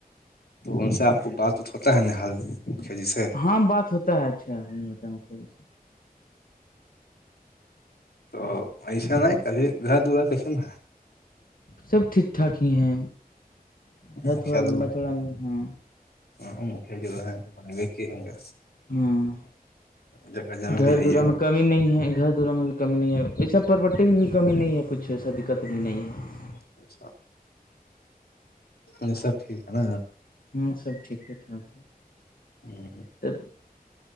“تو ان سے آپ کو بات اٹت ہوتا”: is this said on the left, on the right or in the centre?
Left